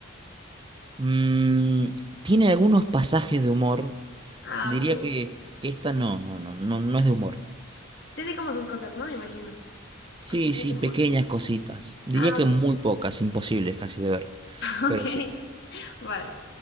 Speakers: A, on the right; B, on the left.
A: Mm, tiene algunos pasajes de humor.
B: Ah,
A: Diría
B: ok.
A: que, que esta no, no, no, no, no es de humor.
B: Tiene como sus cosas, ¿no? Me imagino.
A: Sí,
B: Cositas
A: sí,
B: de
A: pequeñas
B: humor.
A: cositas. Diría
B: Ah,
A: que
B: ok.
A: muy
B: <laughs>
A: pocas, imposibles casi de ver.
B: Ok.
A: Pero sí.
B: Vale.